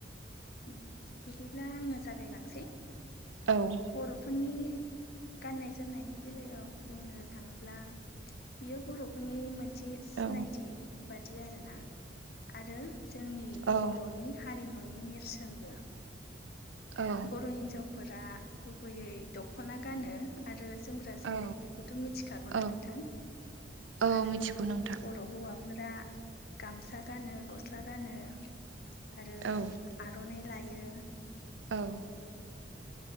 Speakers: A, on the left; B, on the right.
A: ओम बिदिब्ला आंनो जागायलांसै,
B: औ
A: बर'फोरनि गाननाय जोमनायनि बेलायाव बुंनो थाङोब्ला बियो बर'फोरनि मोनसे सिनायथि
B: औ
A: बादि, आरोना। आरो जोंनि
B: औ
A: बर'नि हारिमुनि नेरसोनबो,
B: औ
A: बर' हिनजावफोरा गुबैयै दख'ना गानो। आरो जोमग्रा जोमो
B: औ
A: बेखौथ' मिथिखागौना
B: औ
A: नोंथां।
B: औ
A: आरो
B: मिथिगौ नोंथां
A: बर' हौवा फोरा गामसा गानो, गस्ला गानो आरो
B: औ
A: आर'नाइ लायो।
B: औ